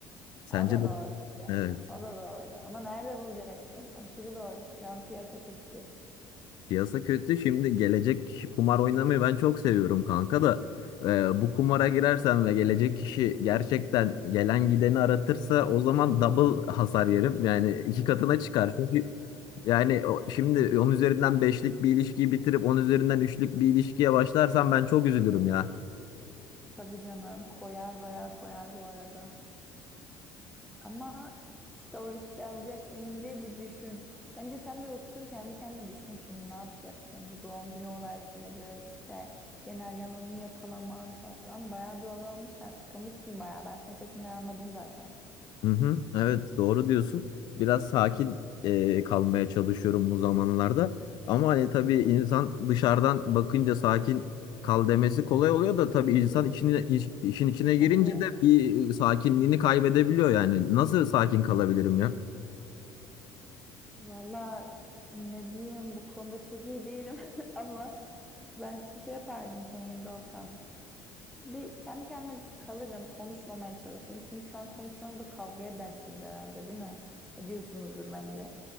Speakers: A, on the left (about 60°); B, in the centre.
A: Sence
B: Ha, O da
A: de?
B: doğru
A: Evet.
B: O da doğru. Ama nerede bulacaksın? Aşırı zor. Şu an piyasa kötü.
A: Piyasa kötü. Şimdi gelecek kişi kumar oynamayı ben çok seviyorum kanka da e, bu kumara girersem ve gelecek kişi gerçekten gelen gideni aratırsa o zaman double hasar yerim. Yani iki katına çıkar. Çünkü yani o- şimdi 10 üzerinden beşlik bir ilişkiyi bitirip 10 üzerinden üçlük bir ilişkiye başlarsam ben çok üzülürüm ya.
B: Tabii canım. Koyar bayağı koyar bu arada. Ama işte o riski alacak mıyım diye bir düşün. Bence sen bir otur kendi kendine düşün şimdi ne yapacaksın? Bu doğum günü olayları işte genel yalanını yakalaman falan bayağı bir olay olmuş. Sen sıkılmışsın bayağı. Ben senin sesinden anladım zaten.
A: Hı hı, evet doğru diyorsun. Biraz sakin e, kalmaya çalışıyorum bu zamanlarda. Ama hani tabii insan dışarıdan bakınca sakin kal demesi kolay oluyor da tabii insan içine, iş- işin içine
B: Tabii.
A: girince de bir sakinliğini kaybedebiliyor yani. Nasıl sakin kalabilirim ya?
B: Valla ne diyeyim bu konuda çok iyi değilim <laughs> ama ben şey yapardım senin yerinde olsam. Bir kendi kendime kalırım, konuşmamaya çalışırım. Çünkü şu an konuşsanız da kavga edersiniz herhalde, değil mi? Ediyorsunuzdur bence.